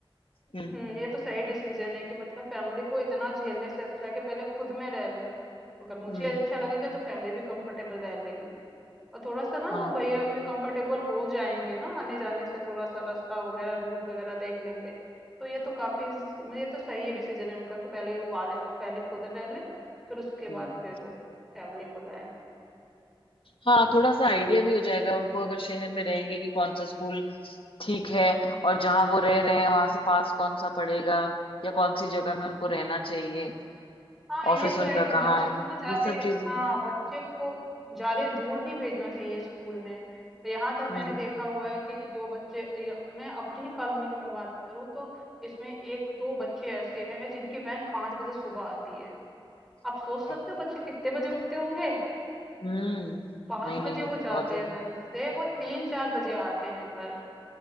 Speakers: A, on the left; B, in the centre.
A: हम्म
B: हम्म ये तो सही डिसीजन है कि मतलब फैमिली को इतना झेलने से अच्छा है कि पहले खुद में रह लूं अगर मुझे
A: हम्म
B: अच्छा लगेगा तो फैमिली भी कंफर्टेबल रह लेगी और थोड़ा सा ना
A: हाँ
B: वो भैया भी कंफर्टेबल हो जाएंगे ना आने जाने से थोड़ा सा रास्ता वगैरह रूट वगैरह देख लेंगे तो ये तो काफी मतलब ये तो सही डिसीजन है उनका कि पहले वो आले पहले खुद रह ले फिर उसके
A: हम्म
B: बाद फिर वो फैमिली को लाए
A: हाँ थोड़ा सा आइडिया भी हो जाएगा उनको अगर शहर में रहेंगे कि कौन सा स्कूल ठीक है और जहाँ वो रह रहे हैं वहां से पास कौन सा पड़ेगा या कौन सी जगह में उनको रहना चाहिए
B: हाँ
A: ऑफिस
B: ये तो है
A: उनका
B: कि बच्चों
A: कहाँ है
B: को ना ज्यादा
A: ये सब चीजें
B: हाँ बच्चे को ज्यादा दूर नहीं भेजना चाहिए स्कूल में तो यहाँ तक
A: हम्म
B: मैंने देखा हुआ है कि जो बच्चे या, मैं अपनी ही कॉलोनी की मैं बात करूँ तो इसमें एक दो बच्चे ऐसे हैं जिनकी वैन पांच बजे सुबह आती है आप सोच सकते
A: हाँ।
B: हो बच्चे कितने बजे उठते होंगे
A: हम्म
B: पांच
A: नहीं नहीं
B: बजे
A: ये
B: वो
A: तो
B: जाते
A: बहुत ही
B: हैं वैन से वो तीन चार बजे आते हैं घर